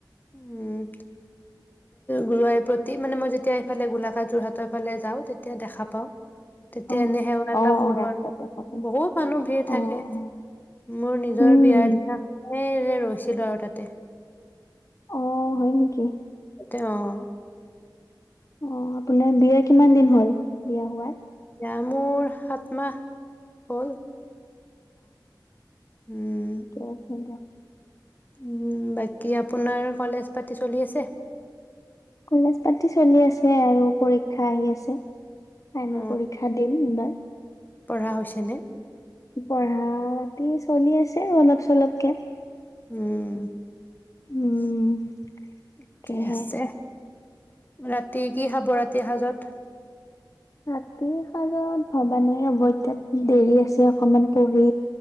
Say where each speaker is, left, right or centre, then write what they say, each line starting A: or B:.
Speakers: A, on the left (about 25°); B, on the left (about 45°).
A: উম যোৱাই প্ৰতি মানে মই যেতিয়া এইফালে গোলাঘাট যোৰহাটৰ ফালে যাওঁ তেতিয়া দেখা পাওঁ, তেতিয়া
B: অ',
A: এনে সেৱা এটা
B: অ',
A: কৰো
B: অ', ৰাস্তাত
A: আৰু,
B: দেখা পাই।
A: বহুত মানুহ ভিৰ
B: অ',
A: থাকে
B: অ',
A: মোৰ নিজৰ
B: উম।
A: বিয়াৰ এই ৰৈছিলো আৰু তাতে।
B: অ', হয় নেকি?
A: তেওঁ
B: অ' আপোনাৰ বিয়া কিমান দিন হ'ল, বিয়া হোৱাৰ?
A: বিয়া মোৰ সাত মাহ হ'ল।
B: ঠিকেই
A: উম
B: কে আছে দিয়া।
A: উম, বাকী আপোনাৰ কলেজ পাতি চলি আছে?
B: কলেজ পাতি চলি আছে আৰু পৰীক্ষা আহি আছে। ফাইনেল
A: অ
B: পৰীক্ষা দিম ইবাৰ।
A: পঢ়া হৈছেনে?
B: পঢ়া চলি আছে অলপ চলপকে।
A: উম।
B: উম,
A: <unintelligible>
B: তাকেহে।
A: কে আছে। ৰাতি কি খাব ৰাতি সাঁজত?
B: ৰাতিৰ সাঁজত ভবা নাই ৰ'ব ইতা দেৰি আছে অকমান পঢ়ি